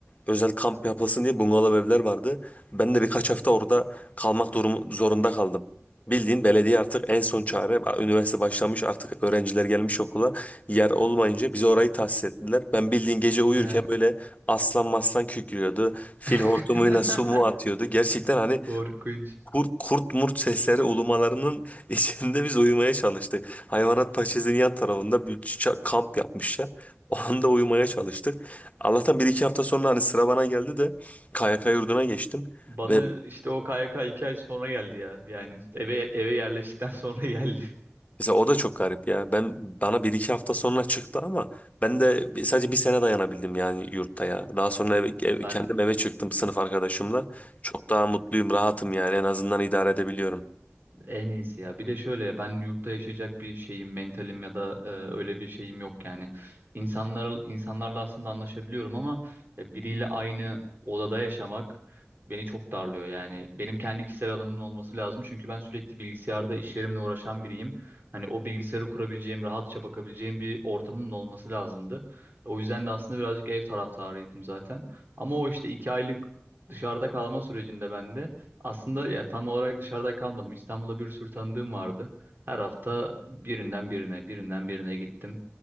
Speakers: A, on the left; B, on the right.
A: özel kamp yapılsın diye bungalov evler vardı. Ben de birkaç hafta orada kalmak durumu zorunda kaldım. Bildiğin belediye artık en son çare. Üniversite başlamış artık öğrenciler gelmiş okula. Yer olmayınca bize orayı tahsis ettiler. Ben bildiğin gece uyurken
B: Evet.
A: böyle aslan maslan kükrüyordu. Fil
B: <laughs>
A: hortumuyla su mu atıyordu? Gerçekten hani
B: Korkunç.
A: kurt kurt murt sesleri ulumalarının <laughs> içinde biz uyumaya çalıştık. Hayvanat bahçesinin yan tarafında bir ça- kamp yapmışlar. O anda uyumaya çalıştık. Allah'tan bir iki hafta sonra hani sıra bana geldi de KYK yurduna geçtim.
B: Bana
A: Ve
B: işte o KYK iki ay sonra geldi ya. Yani eve eve yerleştikten <laughs> sonra geldi.
A: mesela o da çok garip ya. Ben bana bir iki hafta sonra çıktı ama ben de bir- sadece bir sene dayanabildim yani yurtta ya. Daha sonra eve, ev-
B: Ben
A: kendim eve çıktım sınıf arkadaşımla. Çok daha mutluyum, rahatım yani en azından idare edebiliyorum.
B: En iyisi ya. Bir de şöyle ben yurtta yaşayacak bir şeyim, mentalim ya da e, öyle bir şeyim yok yani. İnsanlar insanlarla aslında anlaşabiliyorum ama e, biriyle aynı odada yaşamak beni çok darlıyor yani. Benim kendi kişisel alanımın olması lazım çünkü ben sürekli bilgisayarda iş yerimle uğraşan biriyim. Hani o bilgisayarı kurabileceğim, rahatça bakabileceğim bir ortamımın olması lazımdı. O yüzden de aslında birazcık ev taraftarıydım zaten. Ama o işte iki aylık dışarıda kalma sürecinde bende. Aslında ya tam olarak dışarıda kalmadım. İstanbul'da bir sürü tanıdığım vardı. Her hafta birinden birine, birinden birine gittim.